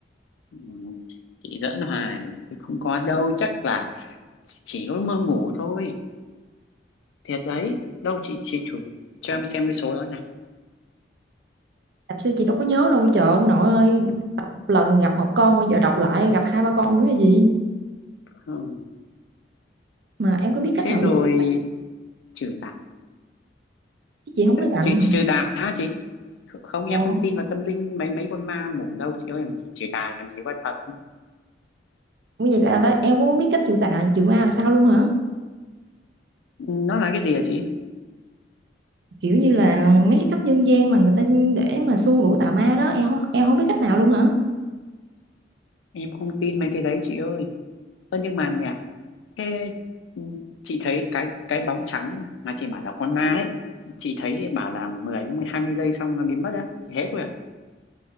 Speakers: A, on the left; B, on the right.
A: Ừ, chị giỡn hoài không có đâu chắc là chỉ có mơ ngủ thôi thiệt đấy đâu chị chị thử cho em xem cái số đó nào
B: làm sao chị đâu có nhớ đâu trời ông nội ơi đọc một lần gặp một con bây giờ đọc lại gặp hai ba con nữa là gì
A: ừ.
B: mà em có biết cách
A: thế
B: nào
A: rồi
B: để chị
A: trừ tà
B: chị không có gạnh
A: chị trừ tà hả chị không em
B: Ồ.
A: không tin vào tâm linh mấy mấy con ma mủng đâu chị ơi làm gì trừ tà làm gì có thật
B: Ủa vậy là, là em cũng không biết cách trừ tà trừ ma là sao luôn hả?
A: Ừ, nó là cái gì hả chị
B: Kiểu như là mấy cái cách nhân gian mà người ta để mà xua đuổi tà ma đó em không em không biết cách nào luôn hả?
A: em không tin mấy cái đấy chị ơi Ơ nhưng mà nè thế ừ, chị thấy cái cái bóng trắng mà chị bảo là con ma ấy chị thấy bảo là mười hai mươi giây xong nó biến mất á chị thế thôi à